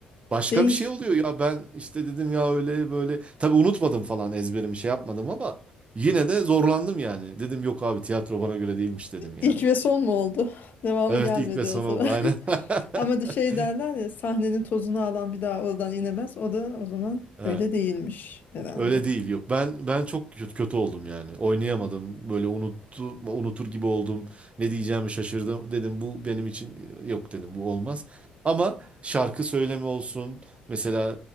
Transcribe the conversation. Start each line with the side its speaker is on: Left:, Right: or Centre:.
Right: Başka
Left: değişti.
Right: bir şey oluyor ya ben işte dedim ya öyle böyle tabii unutmadım falan ezberimi şey yapmadım ama yine de zorlandım yani. Dedim yok abi tiyatro bana göre değilmiş dedim ya.
Left: İlk ve son mu oldu? <laughs> Devamı
Right: Evet
Left: gelmedi
Right: ilk ve son
Left: o zaman.
Right: oldu aynen.
Left: <laughs> Ama
Right: <laughs>
Left: de şey derler ya sahnenin tozunu alan bir daha oradan inemez. O da o zaman
Right: Evet.
Left: öyle değilmiş herhalde.
Right: Öyle değil yok. Ben ben çok kötü, kötü oldum yani. Oynayamadım. Böyle unuttu, unutur gibi oldum. Ne diyeceğimi şaşırdım. Dedim bu benim için e, yok dedim bu olmaz. Ama şarkı söyleme olsun. Mesela